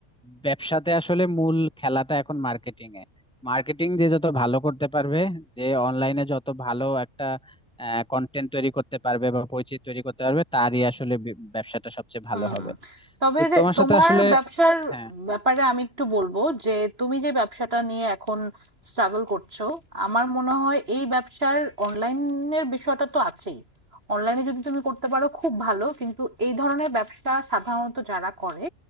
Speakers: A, in the centre; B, on the right.
A: ব্যবসাতে আসলে মূল খেলাটা এখন মার্কেটিং এ মার্কেটিং যে যত ভালো করতে পারবে যে অনলাইনে যত ভালো একটা কন্টেন্ট তৈরি করতে পারবে বা পরিচিতি তৈরি করতে পারবে তারই আসলে বি- ব্যবসাটা সবচেয়ে ভালো
B: হুম
A: হবে
B: তবে
A: তো
B: যে
A: তোমার
B: তোমার
A: সাথে আসলে
B: ব্যবসার
A: হ্যাঁ
B: ব্যাপারে আমি একটু বলবো যে তুমি যে ব্যবসাটা নিয়ে এখন স্ট্রাগল করছো আমার মনে হয় এই ব্যবসার অনলাইনের বিষয়টা তো আছেই অনলাইনে যদি তুমি করতে পারো খুব ভালো কিন্তু এই ধরনের ব্যবসা সাধারণত যারা করে